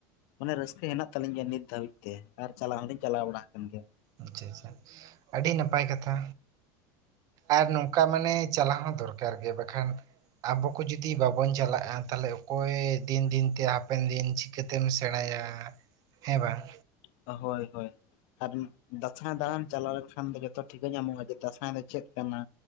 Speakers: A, on the left (about 60°); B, on the right (about 40°).
A: ᱢᱟᱱᱮ ᱨᱟᱹᱥᱠᱟᱹ ᱦᱮᱱᱟᱜ ᱛᱟᱹᱞᱤᱧ ᱜᱮᱭᱟ ᱱᱤᱛ ᱫᱷᱟᱹᱵᱤᱡ ᱛᱮ ᱟᱨ ᱪᱟᱞᱟᱣ ᱦᱚᱸᱞᱤᱧ ᱪᱟᱞᱟᱣ ᱵᱟᱲᱟ ᱠᱟᱱ ᱜᱮᱭᱟ᱾
B: ᱟᱪᱪᱷᱟ ᱟᱪᱪᱷᱟ, ᱟᱹᱰᱤ ᱱᱟᱯᱟᱭ ᱠᱟᱛᱷᱟ᱾ ᱟᱨ ᱱᱚᱝᱠᱟ ᱢᱟᱱᱮ ᱪᱟᱞᱟᱣ ᱦᱚᱸ ᱫᱚᱨᱠᱟᱨ ᱜᱮ ᱵᱟᱠᱷᱟᱱ ᱟᱵᱚ ᱠᱚ ᱡᱩᱫᱤ ᱵᱟᱵᱚᱱ ᱪᱟᱞᱟᱜᱼᱟ, ᱛᱟᱦᱞᱮ ᱚᱠᱚᱭ ᱫᱤᱱ- ᱫᱤᱱ ᱛᱮ ᱦᱟᱯᱮᱱ ᱫᱤᱱ ᱪᱤᱠᱟᱹᱛᱮᱢ ᱥᱮᱬᱟᱭᱟ, ᱦᱮᱸ ᱵᱟᱝ?
A: ᱦᱳᱭ ᱦᱳᱭ᱾ ᱟᱨ ᱫᱟᱸᱥᱟᱭ ᱫᱟᱬᱟᱱ ᱪᱟᱞᱟᱣ ᱞᱮᱱᱠᱷᱟᱱ ᱫᱚ ᱡᱚᱛᱚ ᱴᱷᱤᱠᱟᱹ ᱧᱟᱢᱚᱜᱼᱟ ᱡᱮ ᱫᱟᱸᱥᱟᱭ ᱫᱚ ᱪᱮᱫ ᱠᱟᱱᱟ?